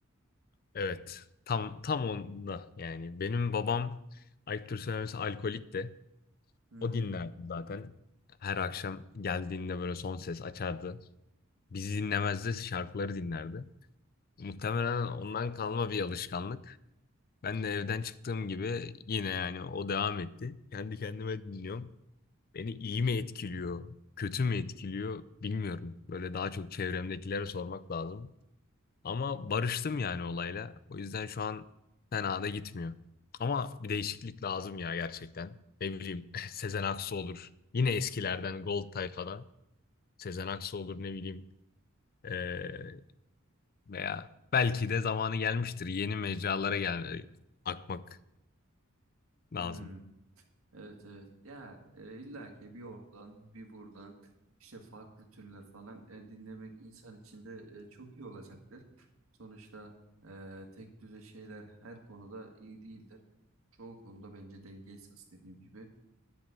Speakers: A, on the left (about 45°); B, on the right (about 70°).
A: Evet. Tam tam onda yani benim babam ayıptır söylemesi alkolik de
B: Hmm.
A: o dinlerdi zaten. Her akşam geldiğinde böyle son ses açardı. Bizi dinlemezdi, şarkıları dinlerdi. Muhtemelen ondan kalma bir alışkanlık. Ben de evden çıktığım gibi yine yani o devam etti. Kendi kendime dinliyorum. Beni iyi mi etkiliyor, kötü mü etkiliyor bilmiyorum. Böyle daha çok çevremdekilere sormak lazım. Ama barıştım yani olayla. O yüzden şu an fena da gitmiyor. Ama bir değişiklik lazım ya gerçekten. Ne bileyim <laughs> Sezen Aksu olur. Yine eskilerden Gold tayfadan. Sezen Aksu olur ne bileyim. Ee, veya belki de zamanı gelmiştir. Yeni mecralara gel akmak lazım.
B: Hmm. Evet evet ya e, illa ki bir oradan bir buradan işte farklı türler falan e, dinlemek insan için de e, çok iyi olacaktır. Sonuçta e, tek düze şeyler her konuda iyi değildir. Çoğu konuda bence denge esas dediğim gibi.